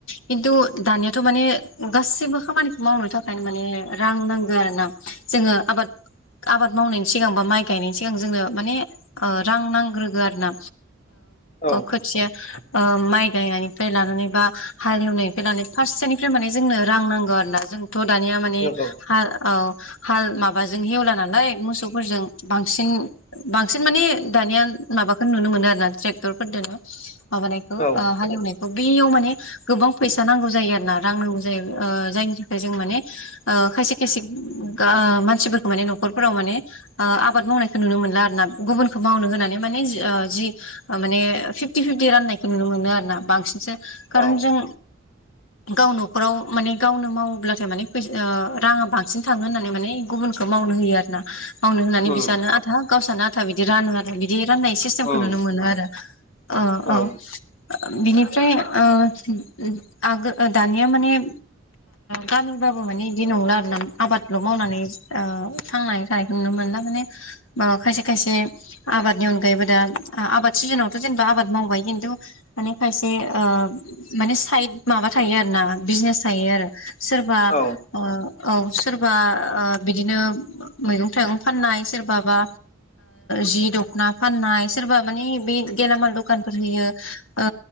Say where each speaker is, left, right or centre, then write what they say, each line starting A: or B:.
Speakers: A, on the left; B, on the left.
A: खिन्थु दानियाथ' माने गासैबो खामानिखौ मावनो थाखायनो माने रां नांगौ आरो ना जोङो आबाद आबाद मावनायनि सिगां बा माइ गायनायनि सिगां जोङो माने रां नांग्रोगो आरो ना
B: औ
A: खोथिया माइ गायनायनिफ्राय लानानै बा हालेवनायनिफ्राय लानानै फार्सेनिफ्राय माने जोंनो रां नांगौ आरोना जों थ' दानिया माने
B: नंगौ
A: हा औ हाल माबाजों हेवला नालाय मोसौफोरजों बांसिन बांसिन माने दानिया माबाखौ नुनो मोनो आरोना ट्रेक्टरफोरदोनो माबानायखौ
B: औ
A: हालेवनायखौ बेयाव माने गोबां फैसा नांगौ जायो आरोना रां नांगौ जायो जायनि थाखाय जों माने खायसे खायसे गा मानसिफोरखौ माने न'खरफोराव माने आबाद मावनायखौ नुनो मोनला आरोना गुबुनखौ मावनो होनानै माने जि माने फिफ्टि फिफ्टि राननायखौ नुनो मोनो आरोना बांसिनसो खारन
B: औ
A: जों गाव न'खराव माने गावनो मावोब्लाथाय माने फैसा राङा बांसिन थाङो होननानै माने गुबुनखौ मावनो होयो आरोना मावनो होननानै
B: उम
A: बिसानो आधा गावसानो आधा बिदि रानो आरो बिदि राननाय सिस्टेमखौ
B: उम
A: नुनो मोनो आरो ओ
B: औ
A: ओं बिनिफ्राय ओ आगो दानिया माने गामिबाबो माने इदि नंला आरोना आबादल मावनानै ओ थांनानै थानायखौ नुनो मोनोना माने खायसे खायसे आबादनि अनगायैबो दा आबाद सिजोनावथ जेनेबा आबाद मावबाय खिन्थु माने फायसे ओ माने साइद माबा थायो आरोना बिजनेस थायो आरो सोरबा
B: औ
A: ओ औ सोरबा ओ बिदिनो मैगं थाइगं फाननाय सोरबाबा जि दखना फाननाय सोरबा माने बे गेलामाल दखानफोर होयो ओ